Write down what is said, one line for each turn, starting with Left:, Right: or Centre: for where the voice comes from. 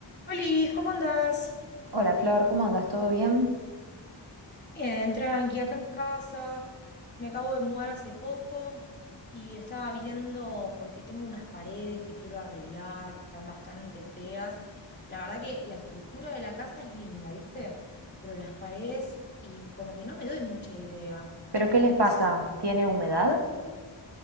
Left: Hola, ¿cómo andás?
Right: Hola Flor, ¿cómo andas? ¿Todo bien?
Left: Bien, tranqui, acá en casa. Me acabo de mudar hace poco y estaba viendo porque tengo unas paredes que quiero arreglar, que están bastante feas. La verdad que la estructura de la casa es linda, ¿viste? Pero las paredes y como que no me doy mucha idea
Right: ¿Pero qué
Left: de qué
Right: les pasa?
Left: hacer.
Right: ¿Tiene humedad?